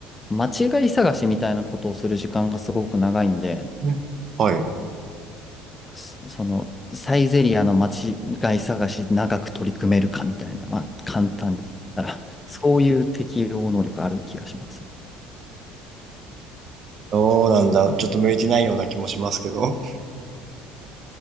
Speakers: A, on the left; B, on the right.
A: 間違い探しみたいなことをする時間がすごく長いんで、
B: ねはい。
A: すその、サイゼリアの間違い探し長く取り組めるかみたいな、まあ、簡単に言ったら、そういう適応能力ある気がしますね。
B: どうなんだ。ちょっと向いてないような気もしますけど。